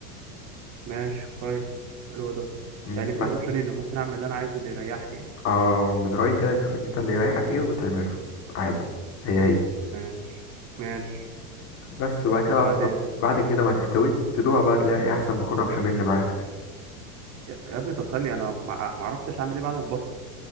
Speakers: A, on the right (about 40°); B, on the left (about 35°).
A: ماشي كويس حلو ده
B: مم،
A: يعني
B: ما-
A: في الاوبشنين ممكن اعمل اللي انا عايزه اللي يريحني يعني
B: اه من رايي كده تشوف ان انت اللي يريحك ايه وتعمله عادي هي هي
A: ماشي ماشي
B: بس وبعد كده بقى
A: بعدين
B: بتحط بعد كده ما تستوي تدوها بقى تلاقي ايه احسن مكرونه بشاميل اللي معاك
A: يا يا ابني طب ثانيه انا ما ما عرفتش اعمل ايه بعد ما البصل